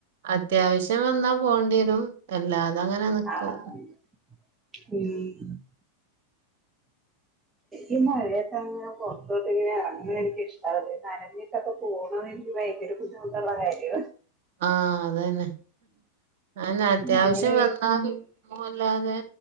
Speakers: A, on the right (about 50°); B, on the right (about 20°).
A: അത്യാവശ്യം വന്നാ പോണ്ട്യരും എല്ലാതങ്ങനെ ന്ന്ക്കും.
B: ആഹ് ഉം. ഈ മഴയത്തങ്ങനെ പൊർത്തോട്ട്ങ്ങനെ എറങ്ങണെ എനിക്ക് ഇഷ്ടവല്ല ഈ നനഞ്ഞ്. ട്ടക്കെ പോണതെനിക്ക് ഭയങ്കര ബുദ്ധിമുട്ടുള്ള കാര്യവ.
A: ആഹ് അത് തന്നെ അന്നെ അത്യാവശ്യം
B: അങ്ങനെ
A: വന്നാ പോവല്ലാതെ.